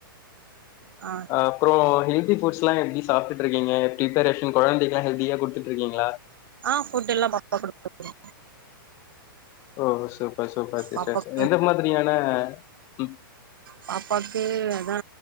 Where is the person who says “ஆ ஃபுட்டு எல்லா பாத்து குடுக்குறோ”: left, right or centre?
Right